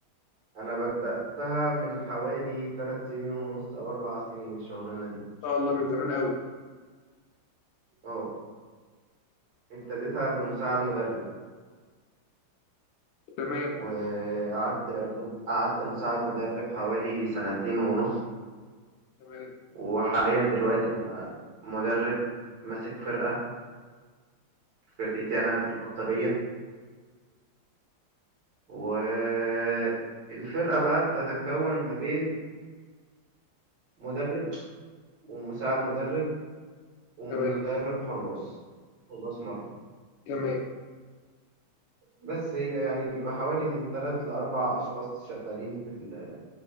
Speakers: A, on the right; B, on the left.
A: انا بدأتها من حوالي ثلاث سنين ونص او اربع سنين الشغلانة دي
B: شاء الله من زمان قوي
A: اه ابتديتها بمساعد مدرب
B: تمام
A: وقعدت قعدت مساعد مدرب حوالي سنتين ونص
B: تمام
A: وحاليا دلوقتي انا مدرب ماسك فرقة فرقتي انا الخاصة بيا والفرقة بقى بتتكون ما بين مدرب ومساعد مدرب ومدرب
B: تمام
A: حراس حراس مرمى
B: تمام
A: بس هي يعني بيبقى حوالي من تلات لأربع أشخاص شغالين في ال-